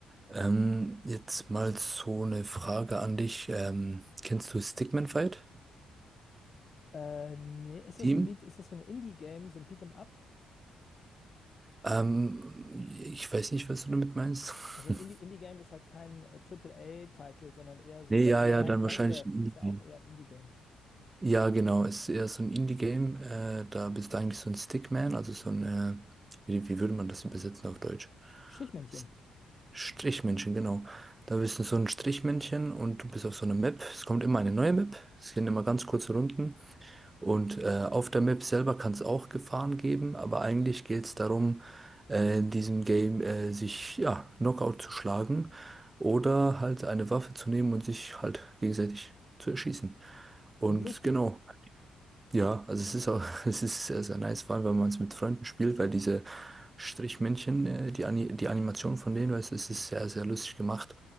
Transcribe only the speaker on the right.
Ähm, jetzt mal so eine Frage an dich. Ähm, kennst du Stickman Fight
Team?
Ähm, ich weiß nicht, was du damit meinst. <laughs>
Nee, ja,
ja,
dann wahrscheinlich
ein Indie-Game.
Ja, genau, ist eher so ein Indie-Game. Äh, da bist du eigentlich so ein Stickman, also so ein, äh, wie, wie würde man das übersetzen auf Deutsch?
S- Strichmännchen, genau. Da bist du so ein Strichmännchen und du bist auf so einer Map. Es kommt immer eine neue Map. Es gehen immer ganz kurze Runden. Und äh, auf der Map selber kann es auch Gefahren geben, aber eigentlich geht es darum, äh, in diesem Game äh, sich ja, Knockout zu schlagen oder halt eine Waffe zu nehmen und sich halt gegenseitig zu erschießen. Und
genau, ja, also es ist auch, <laughs> es ist sehr, sehr nice, vor allem wenn man es mit Freunden spielt, weil diese Strichmännchen, äh, die, Ani die Animation von denen, weißt du, es ist sehr, sehr lustig gemacht.